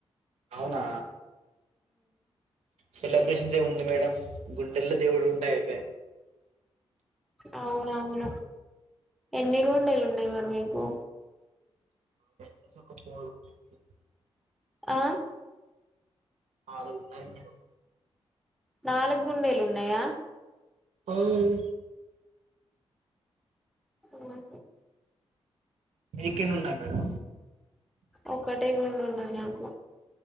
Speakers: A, on the right; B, in the centre.
A: అవునా సెలబ్రేషన్స్ ఏముంది మేడం గుండెల్లో దేవుడు ఉంటే అయిపా
B: అవునవును ఎన్ని గుండెలు ఉన్నాయి మరి మీకు
A: <inaudible>
B: ఆ
A: నాలుగు ఉన్నాయి మేడం
B: నాలుగు గుండెలు ఉన్నాయా
A: అవును
B: ఆహ
A: మీకేన్ని ఉన్నాయి మేడం
B: ఒక్కటే గుండే ఉంది నాకు